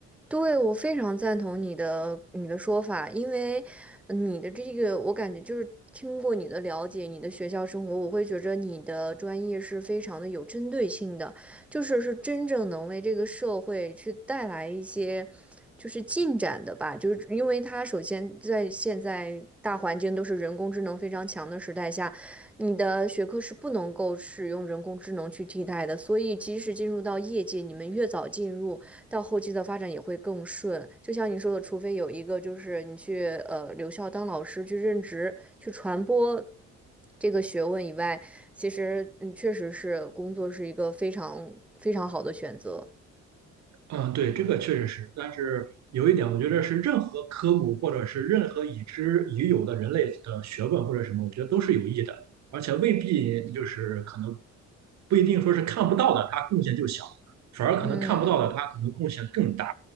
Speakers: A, in the centre; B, on the right.
A: 对，我非常赞同你的你的说法，因为呃你的这个，我感觉就是听过你的了解，你的学校生活，我会觉着你的专业是非常的有针对性的，就是是真正能为这个社会去带来一些就是进展的吧，就是因为它首先在现在大环境都是人工智能非常强的时代下，你的学科是不能够使用人工智能去替代的，所以即使进入到业界，你们越早进入。到后期的发展也会更顺。就像你说的，除非有一个就是你去呃留校当老师去任职去传播这个学问以外，其实嗯确实是工作是一个非常非常好的选择。
B: 嗯，对，这个确实是，但是有一点，我觉得是任何科目或者是任何已知已有的人类的学问或者什么，我觉得都是有益的，而且未必就是可能不一定说是看不到的，它贡献就小，反而可能看不到的，
A: 嗯，
B: 它可能贡献更大。